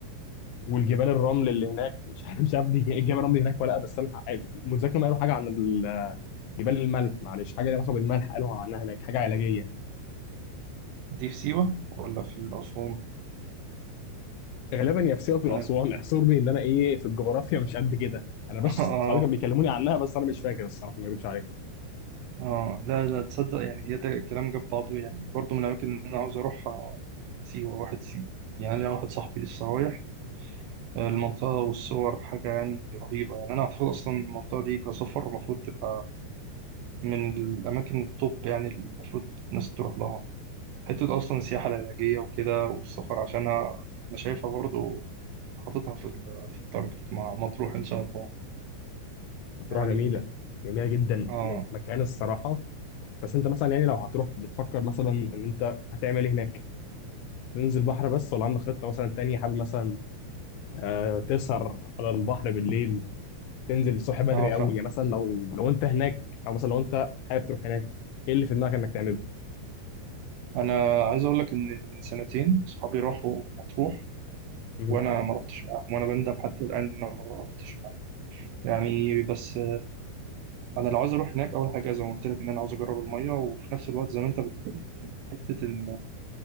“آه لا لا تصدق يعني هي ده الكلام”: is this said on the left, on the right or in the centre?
Right